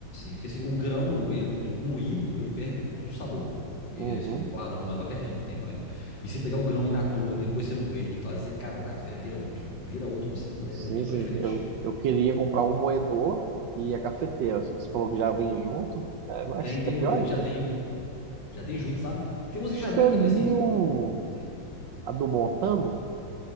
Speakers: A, on the left (about 65°); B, on the right (about 70°).
A: porque assim, o grão, ele t- moído, ele perde um pouco do sabor. E
B: Uhum.
A: assim, o aroma vai perdendo com o tempo, né? E se pegar o grão in natura e depois você moer e fazer, cara, o café vira outro. Vira outro, assim, é,
B: Sim,
A: é totalmente
B: sim.
A: diferente.
B: Eu, eu queria comprar um moedor e a cafeteira, só que você falou que já vem junto, é mais
A: Tem, tem modelo
B: melhor ainda.
A: que já tem Já tem junto, sabe? Tem umas
B: Você
A: que já vem também
B: viu.
A: assim, Sim.
B: a do Montano,